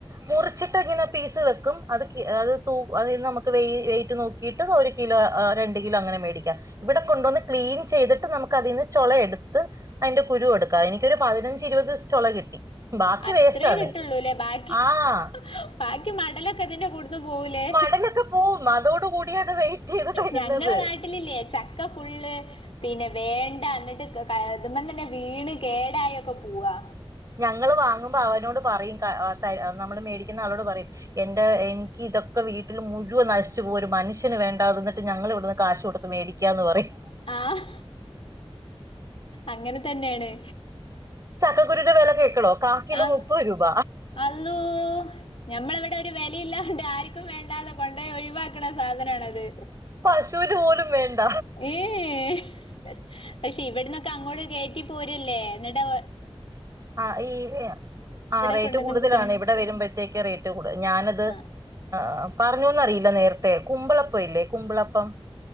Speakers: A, on the right; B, on the left.
A: മുറിച്ചിട്ട് ഇങ്ങനെ പീസ് വെയ്ക്കും അത് അത് ത അതിൽ നിന്ന് നമക്ക് വയ്റ്റ് നോക്കി ട്ട് ഒരു കിലോ രണ്ട് കിലോ അങ്ങനെ മേടിക്കാം ഇവിടെ കൊണ്ടുവന്ന് ക്ലീൻ ചെയ്തിട്ട് നമുക്ക് അതിൽന്ന് ചൊള എടുത്ത് അതിന്റെ കുരുവെടുക്കാം എനിക്കൊരു പതിനഞ്ച് ഇരുപത് ചൊള കിട്ടി ബാക്കി
B: അത്രയേ
A: വേസ്റ്റാണ്
B: കിട്ടുള്ളൂല്ലേ ബാക്കി
A: ആഹ്
B: ബാക്കി മടലൊക്കെ അതിന്റെ കൂട്ത് പോവൂലേ
A: മടലൊക്കെ പോവും അതോട് കൂടിയാണ് വെയിറ്റ് ചെയ്ത് തരുന്നത്
B: ഞങ്ങള നാട്ട ട്ടിലില്ലേ ചക്ക ഫുള്ള് പിന്നെ വേണ്ട ന്നിട്ട് അതുമ്പം തന്നെ വീണ് കേടായോക്കെ പോവാ
A: ഞങ്ങള് വാങ്ങുമ്പോ അവനോട് പറയും ക ത നമ്മള് മേടിക്കുന്ന ആളോട് പറയും എന്റെ എനിക്ക് ഇതൊക്കെ വീട്ടിൽ മുഴുവൻ നശിച്ചു പോവും ഒരു മനുഷ്യന് വേണ്ടാ എന്നിട്ട് ഞങ്ങൾ ഇവിടുന്ന് കാശ് കൊടുത്ത് മേടി ക്കാന്ന് പറയും
B: ആഹ് അങ്ങനെ തന്നെയാണ്
A: ചക്കക്കുരുവിന്റെ വെല കേക്കണോ കാക്കിലോ
B: ആഹ്
A: മുപ്പത് രൂപ.
B: അള്ളോ ഞമ്മളിവിടെ ഒരു വെലിയില്ലാണ്ട് ആർക്കും വേണ്ടാതെ കൊണ്ടോയി ഒയ് വാക്കണ സാധനണത്
A: പശുന് പോലും വേണ്ട.
B: ഏഹ് പക്ഷെ ഇവിടന്നൊക്കെ അങ്ങോട് കയറ്റി പോരല്ലേ എന്നിട്ടാ
A: ആ ഈ ആ റേറ്റ്
B: കൊണ്ടന്ന്
A: കൂടുതലാണ്
B: വിക്കണ്.
A: ഇവിടെ വരുമ്പഴത്തേക്ക് റേറ്റ് കൂടുത ഞാനത്.
B: ആഹ്
A: ആ പറഞ്ഞുന്നറിയില്ല നേരത്തെ കുമ്പളപ്പവില്ലേ കുമ്പളപ്പം